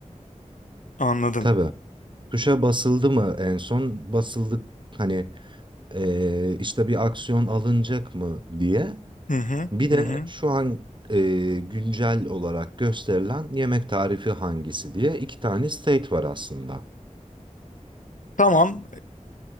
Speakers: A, on the left; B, on the right.
A: Anladım.
B: Tabii. Tuşa basıldı mı en son? Basıldık. Hani Eee, işte bir aksiyon alınacak mı diye.
A: Hı hı,
B: Bir de
A: hı hı.
B: şu an eee, güncel olarak gösterilen yemek tarifi hangisi diye iki tane state var aslında.
A: Tamam,